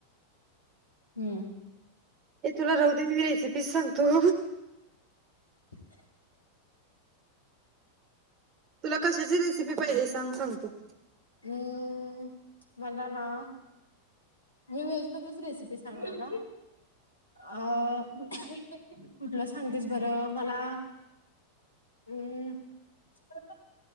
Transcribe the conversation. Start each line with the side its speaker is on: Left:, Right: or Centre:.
Left: हम्म
Right: ए तुला राहुदे मी रेसिपीज सांगतो
Left: <unintelligible>
Right: तुला कशाची रेसिपी पाहिजे सांग सांगतो.
Left: हम् मला ना मी व्हेज मधलीच रेसिपी सांगणार ना. अ कुठलं सांगतेस बरं मला हम्म, खरंतर.